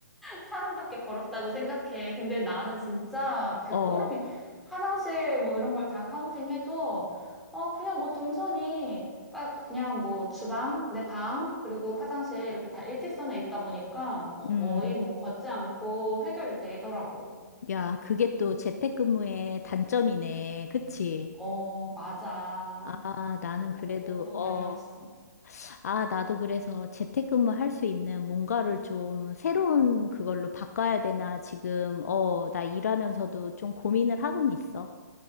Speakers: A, in the centre; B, on the left (about 55°).
A: 사람답게 걸었다고 생각해. 근데 나는 진짜 백걸음이
B: 어,
A: 화장실 뭐 이런 걸 다 카운팅해도 어 그냥 뭐 동선이 딱 그냥 뭐 주방, 내 방, 그리고 화장실 이렇게 다 일직선에 있다 보니까 거의
B: 음.
A: 뭐 걷지 않고 해결이 되더라고.
B: 야, 그게 또 재택근무의 단점이네. 그치?
A: 어, 맞아.
B: 아, 나는
A: 너무
B: 그래도,
A: 운동량이
B: 어,
A: 없어.
B: 아, 나도 그래서 재택근무 할 수 있는 뭔가를 좀 새로운 그걸로 바꿔야 되나 지금, 어, 나 일하면서도 좀 고민을 하고는 있어.